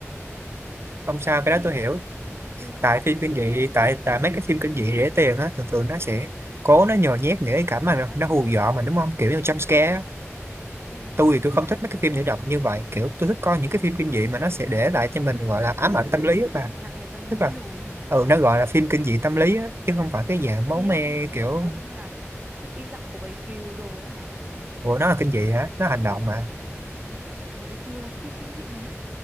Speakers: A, on the right; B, on the right.
A: không sao
B: xong
A: cái
B: gì
A: đó tôi
B: lắm
A: hiểu
B: ừ
A: tại phim kinh dị tại tại mấy cái phim kinh dị rẻ tiền á thường thường nó sẽ cố nó nhồi nhét những cái cảnh
B: đúng
A: mà
B: rồi
A: nó
B: đó
A: nó hù dọa mà đúng không kiểu như jump
B: ừ.
A: scare á.
B: ừ.
A: tôi thì tôi không thích mấy cái phim nhảy động như vậy kiểu tôi thích coi những cái phim kinh dị mà nó sẽ để lại cho mình gọi là ám ảnh tâm lý á bà
B: nặng về tâm lý
A: tức là
B: đồ đó hả
A: ừ nó gọi là phim kinh dị tâm lý á chứ không phải cái dạng máu
B: ý
A: me
B: ông như kiểu
A: kiểu
B: giống như là sự im lặng của bầy cừu đồ đó hả
A: ủa nó là kinh dị hả nó hành động mà
B: ủa sự im lặng của bầy cừu là phim kinh dị mà